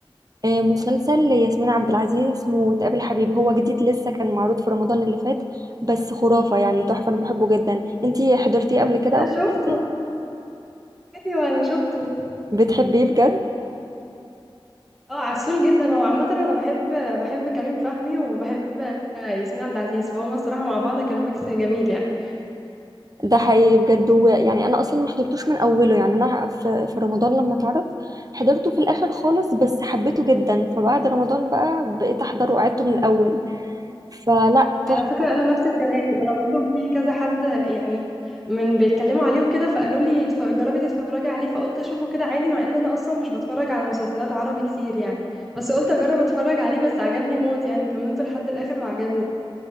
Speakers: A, on the right; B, in the centre.
A: آه، مسلسل ياسمين عبد العزيز اسمه تقابل حبيب هو جديد لسه كان معروض في رمضان اللي فات بس خرافة يعني تحفة أنا بحبه جدا أنت حضرتيه قبل كده
B: انا
A: أو
B: شفته
A: بتحبيه؟
B: ايوه انا شفته
A: بتحبيه بجد
B: اه عسول جدا هو عامه انا بحب بحب كريم فهمي وبحب ياسمين عبد العزيز فهما الصراحه مع بعض كانوا ميكس جميل يعني
A: ده حقيقي بجد و- يعني انا اصلا ما حضرتوش من اوله يعني انا في في رمضان لما اتعرض حضرته في الاخر خالص بس حبيته جدا فبعد رمضان بقى بقيت احضره وقعدته من الاول فلا تحفة
B: على فكره انا نفس الكلام انا برضه في كذا حد يعني من بيتكلموا عليه وكده فقالوا لي اتف- جربي تتفرجي عليه فقلت اشوفه كده عادي مع ان انا اصلا مش بتفرج على مسلسلات عربي كتير يعني بس قلت اجرب اتفرج عليه بس عجبني موت يعني كملته لحد الاخر وعجبني